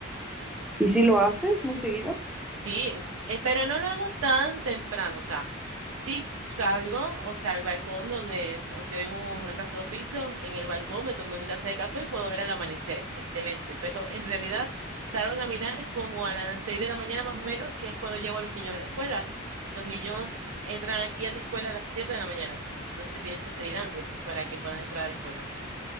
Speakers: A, in the centre; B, on the right (about 85°).
A: ¿Y si lo haces muy seguido?
B: Sí, eh, pero no lo hago tan temprano, o sea, sí salgo, o sea, al balcón donde, o sea, hay un- una casa de dos pisos, en el balcón me tomo mi taza de café y puedo ver el amanecer, excelente, pero en realidad salgo a caminar como a las seis de la mañana más o menos, que es cuando llevo a los niños a la escuela. Los niños entran aquí a la escuela a las siete de la mañana, entonces tienes que salir antes para que puedas entrar a la escuela.